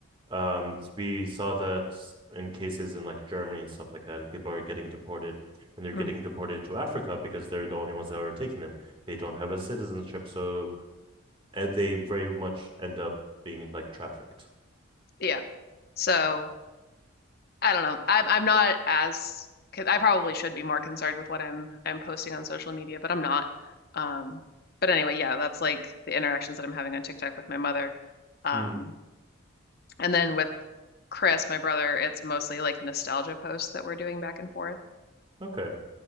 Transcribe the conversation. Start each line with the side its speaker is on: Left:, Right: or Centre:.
Right: Um, we saw that in cases in like Germany and stuff like that, and people are getting deported and they're
Left: mhm,
Right: getting deported to Africa because they're the only ones that are taking them. They don't have a citizenship, so and they very much end up being like trafficked.
Left: yeah. So I don't know. I'm I'm not as 'cause I probably should be more concerned with what I'm I'm posting on social media, but I'm not. Um, but anyway, yeah, that's like the interactions that I'm having on TikTok with my mother. Um,
Right: Hmm.
Left: and then with Chris, my brother, it's mostly like nostalgia posts that we're doing back and forth.
Right: Okay.